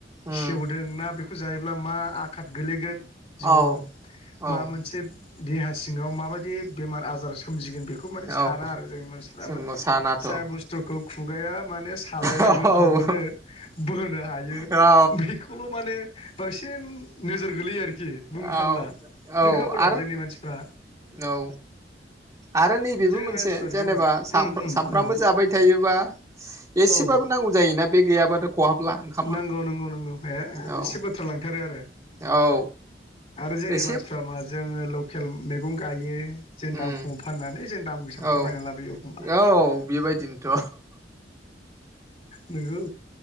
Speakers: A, on the right; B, on the left.
A: उम
B: सेवदों ना बेख जायोब्ला मा आ खाद गोलैगोन
A: औ
B: जिउआव
A: औ
B: मा मोनसेब देहा सिङाव माबायदि बेमार आजार सोमजिगोन बेख खौ माने
A: औ
B: साना आरो जोंनि मानसिफ्रा
A: जों
B: माने
A: सानाथ'
B: जाय
A: औ
B: बुस्थुखौ खुगाया माने सालाया
A: औ
B: गोथाव मोनो बोनो हायो
A: औ
B: बेखौल' माने बांसिन नोजोर गोलैयो आरो जेयो बुंनो
A: औ
B: थांब्ला नोंखौदा
A: आरो
B: जोंनि मानसिफ्रा
A: औ आरो नैबेबो
B: जोंनि
A: मोनसे
B: मानसिफ्रा बिदि
A: जेनेबा
B: मोना
A: साम
B: उम उम
A: सामफ्रामबो
B: उम
A: जाबाय थायोबा एसेबाबो
B: औ
A: नांगौ जायोना बे गैयाबानो खहाबला। ओंखामा
B: नंगौ नंगौ नंगौ हे
A: औ
B: बेसे बाथ्रा लांथारो आरो
A: औ
B: आरो जोंनि
A: एसे
B: मानसिफ्रा माजों ओ लकेल मेगं गायो जों
A: उम
B: दाम खम फाननानै जों दाम गोसाखौसो
A: औ
B: बायना लाबोयो एखमबा
A: औ बेबायदिनोथ'
B: नंगौ